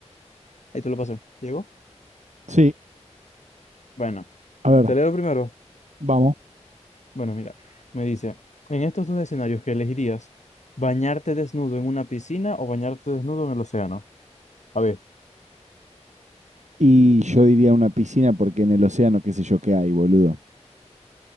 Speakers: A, on the left; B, on the right.
A: Ahí te lo pasé. ¿Llegó?
B: Sí,
A: Bueno,
B: a ver,
A: te leo primero.
B: vamos.
A: Bueno, mira, me dice, en estos dos escenarios que elegirías, bañarte desnudo en una piscina o bañarte desnudo en el océano. A ver.
B: Y yo diría una piscina porque en el océano qué sé yo qué hay, boludo.